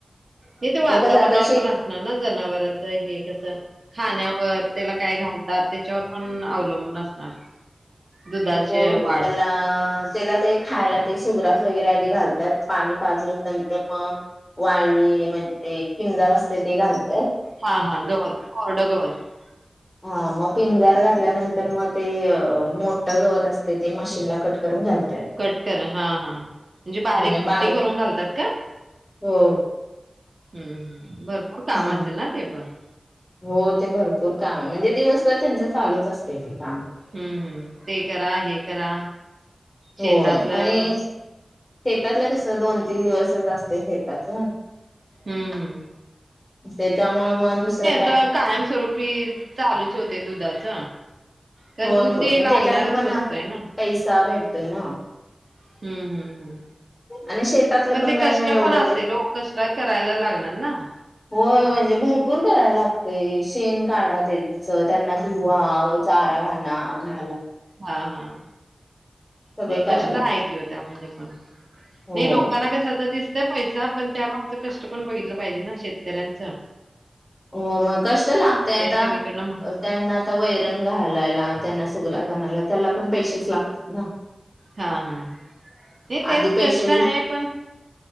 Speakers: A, on the right; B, on the left.
A: निहीते वातावरणावर
B: मग कसं आता शेती
A: पण असणार ना जनावरांच हे कसं खाण्यावर त्याला काय घालतात त्याच्यावर पण अवलंबून असणार. दुधाची
B: हो हो
A: वाढ
B: त्यालाआ त्याला ते खायला ते सुुग्रासं वगैरे आधी घालतात पाणी पाजून नंतर मंअ वाळळी म्हणजे, ते पिंजार असतेयं ते घालत.
A: हा हा गवतं कोरडं गवतं.
B: हा मग पिंजर घातल्यानंतर मं ते अं मोठ गवत असते ते मशीनला कट करून घालतात
A: कट करा हा हा म्हणजे बारीक
B: म्हणजे
A: कुट्टी
B: बारीक
A: करून घालतात का?
B: हो
A: हम् हम भरपूर काम
B: हम्म
A: असेल ना ते पण,
B: हो ते भरपूर काम म्हणजे दिवसभर त्यांच्या चालूच असते. काम
A: हम्म हम्म ते करा, हे करा,
B: होय
A: शेतातलं,
B: आणि शेतातलं कस दोन तीन दिवस असत शेताच
A: हम्म हम्म!
B: ते त्यामुळे मन दुसर
A: ता कायमस्वरूपी चालूच होते दुधाच. कारण
B: होय
A: दूध
B: होय
A: हे
B: मग
A: लागणारीच
B: त्याच्यातन पण
A: वस्तू आहे ना.
B: पैसा भेटतोय ना!
A: हम्म हम्म हम्म.
B: आणि शेतातलं
A: पण ते
B: काही
A: कष्ट
B: मग एवढं
A: पण असेल
B: नाही.
A: ओ कष्ट करायला लागणार ना!
B: होय म्हणजे भरपूर करायला लागते शेण काढा त्यांच त्यांना धुवा, चारा घाणा घा
A: हा हा
B: सगळं
A: नाही
B: करायला
A: कष्ट
B: लागतय
A: आहे की त्यामध्ये पण
B: होय.
A: नाही लोकांना कसे दिसते. पैसा पण त्यामागच कष्ट पण बघितलं पाहिजे ना शेतकऱ्यांचे
B: हो मग कष्ट लागतय आता
A: सगळीकडनं
B: त्यांना आता वैरण घालायला त्यांना सुगरा घनाला. त्याला पण पैसेच लागतात ना.
A: हा हा नाही तेच
B: आधी पैसे
A: कष्ट आहे पण